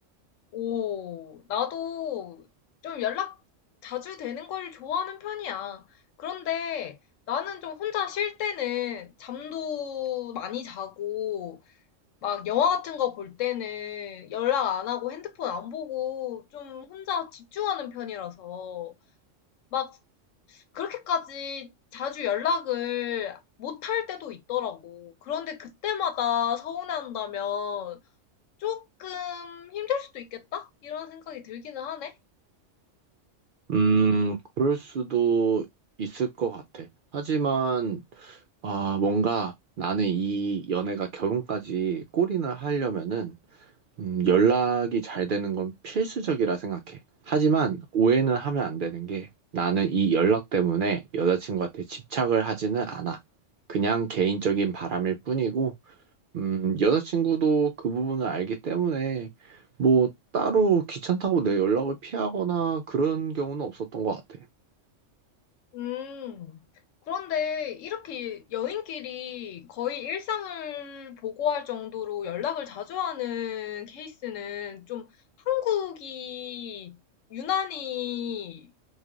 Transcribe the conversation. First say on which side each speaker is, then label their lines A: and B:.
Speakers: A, on the left (about 80°); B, on the right (about 60°).
A: 오, 나도 좀 연락 자주 되는 걸 좋아하는 편이야. 그런데 나는 좀 혼자 쉴 때는 잠도 많이 자고, 막 영화 같은 거 볼 때는 연락 안 하고 핸드폰 안 보고 좀 혼자 집중하는 편이라서 막 그렇게까지 자주 연락을 못 할 때도 있더라고. 그런데 그때마다 서운해한다면 조금 '힘들 수도 있겠다.' 이런 생각이 들기는 하네.
B: 음, 그럴 수도 있을 것 같아. 하지만, 아, 뭔가 나는 이 연애가 결혼까지 골인을 하려면은 음, 연락이 잘 되는 건 필수적이라 생각해. 하지만 오해는 하면 안 되는 게 나는 이 연락 때문에 여자친구한테 집착을 하지는 않아. 그냥 개인적인 바람일 뿐이고, 음, 여자친구도 그 부분을 알기 때문에 뭐 따로 귀찮다고 내 연락을 피하거나 그런 경우는 없었던 것 같아.
A: 음. 그런데 이렇게 연인끼리 거의 일상을 보고할 정도로 연락을 자주 하는 케이스는 좀 한국이 유난히